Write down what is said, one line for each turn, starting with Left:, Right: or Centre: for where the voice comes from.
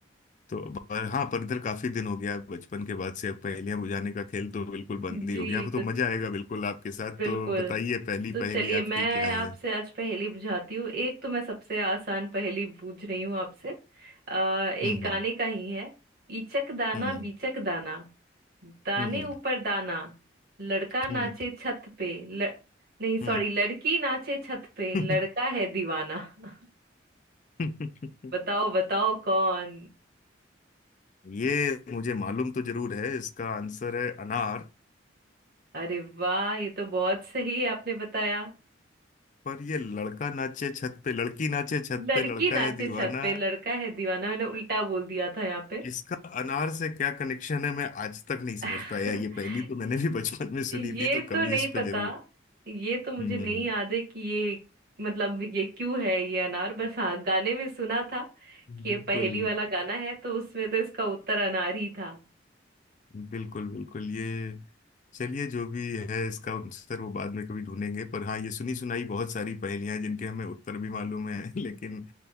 Left: तो पर, हाँ पर इधर काफी दिन हो गया बचपन के बाद से अब पहेलियां बुझाने का खेल तो बिल्कुल बंद ही
Right: जी
Left: हो गया अब तो
Right: तो
Left: मजा आएगा बिल्कुल आपके साथ
Right: बिल्कुल
Left: तो बताइए पहली
Right: तो चलिए
Left: पहेली
Right: मैं
Left: आपकी क्या
Right: आपसे
Left: है
Right: आज पहेली बुझाती हूँ एक तो मैं सबसे आसान पहेली बूझ रही हूँ आपसे अ, एक
Left: हम्म
Right: गाने का ही है इचक दाना
Left: हम्म
Right: बीचक दाना दाने
Left: हम्म
Right: ऊपर दाना लड़का नाचे
Left: हम्म
Right: छत पे ल... नहीं सॉरी
Left: हम्म
Right: लड़की नाचे छत पे लड़का
Left: हम्म
Right: है दीवाना <laughs>
Left: <laughs> हम्म।
Right: बताओ बताओ कौन
Left: ये मुझे मालूम तो जरूर है इसका आंसर है अनार
Right: अरे वाह ये तो बहुत सही है आपने बताया
Left: पर ये लड़का नाचे छत पे लड़की नाचे छत
Right: लड़की
Left: पे लड़का
Right: नाचे
Left: है दीवाना
Right: छत पे लड़का है दीवाना मैंने उल्टा बोल दिया था यहाँ पे
Left: इसका अनार से क्या कनेक्शन है मैं आज तक नहीं समझ
Right: <laughs>
Left: पाया ये पहली तो मैंने भी बचपन में सुनी
Right: ये
Left: थी तो
Right: तो
Left: कभी
Right: नहीं
Left: इस पे
Right: पता
Left: जरूर
Right: ये तो मुझे
Left: हम्म
Right: नहीं याद है कि ये मतलब ये क्यों है ये अनार बस हाँ गाने में सुना था कि
Left: बिल्कुल
Right: ये पहेली वाला गाना है तो उसमें तो इसका उत्तर अनार ही था
Left: बिल्कुल बिल्कुल ये चलिए जो भी है इसका आंसर वो बाद में कभी ढूंढेंगे पर हाँ ये सुनी सुनाई बहुत सारी पहेलियां हैं जिनके हमें उत्तर भी मालूम है <laughs> लेकिन